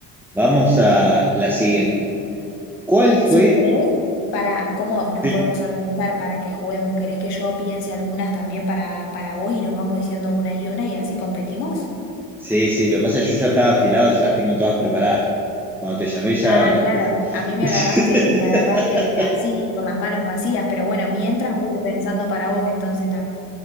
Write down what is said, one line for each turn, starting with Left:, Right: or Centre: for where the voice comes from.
Centre: vamos a la siguiente. ¿Cuál fue?
Left: Si querés, para cómo nos
Centre: Sí,
Left: podemos organizar para que juguemos, ¿querés que yo piense algunas también para, para vos y nos vamos diciendo una y una y así competimos?
Centre: sí, sí, lo que pasa es que yo ya estaba afilado, ya las tengo todas preparadas. Cuando te llamé ya...
Left: Ah,
Centre: la-
Left: claro,
Centre: la-
Left: a mí me
Centre: <laughs>
Left: agarraste, me agarraste así, con las manos vacías, pero bueno, mientras voy a ir pensando para vos entonces también.